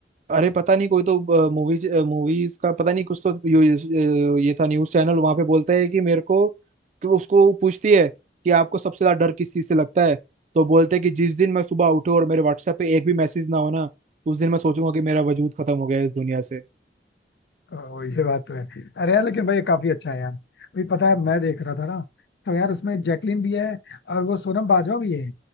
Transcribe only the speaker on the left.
ओ, ये बात तो है अरे यार लेकिन भाई ये काफी अच्छा है यार अभी पता है मैं देख रहा था ना तो यार उसमें जैकलिन भी है और वो सोनम बाजवा भी है